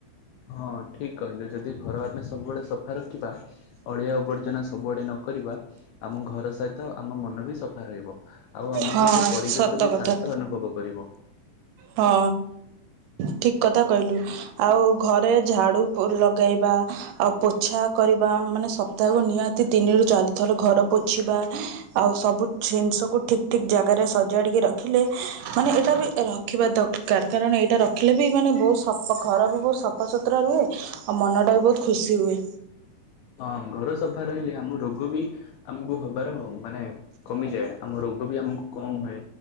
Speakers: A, on the left (about 85°); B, on the right (about 80°).
A: ହଁ ଠିକ କହିଲୁ ଯଦି ଘର ଆମେ ସବୁବେଳେ ସଫା ରଖିବା ଅଳିଆ ଆବର୍ଜନା ସବୁଆଡେ ନକର ଆମ ଘର ସହିତ ଆମ ମନ ବି ସଫା ରହିବ ଆଉ ଆମକୁ
B: ହଁ
A: ସେ ପରିବେଶ
B: ସତ
A: ବି
B: କଥା
A: ଶାନ୍ତ ଅନୁଭବ କରିବ।
B: ହଁ ଠିକ କଥା କହିଲୁ ଆଉ ଘରେ ଝାଡୁ ଲଗେଇବା ଆଉ ପୋଛା କରିବା ମାନେ ସପ୍ତାହକୁ ନିହାତି ତିନି ରରୁ ଚାରିଥର ଘର ପୋଛିବା ଆଉ ସବୁ ଜିନିଷ ଗ ଠିକ ଠିକ ଜାଗାରେ ସଜାଡ଼ିକି ରଖିଲେ ମାନେ ଏଇଟା ବି ରଖିବା ଦରକାର। କାରଣ ଏଇଟା ରଖିଲେ ବି ମାନେ ବହୁତ ସଫା ଘର ବି ବହୁତ ସଫା ସୁୁତୁରା ରୁହେ ଆଉ ମନଟା ବି ବହୁତୁ ଖୁସି ହୁଏ।
A: ହଁ ଘର ସଫା ରହିଲେ ଆମ ରୋ ରୋଗ ବି ଆମକୁ ହବାର ମାନେ କମିଯାଏ ଆମ ରୋଗ ବି ଆମକୁ କମ ହୁଏ।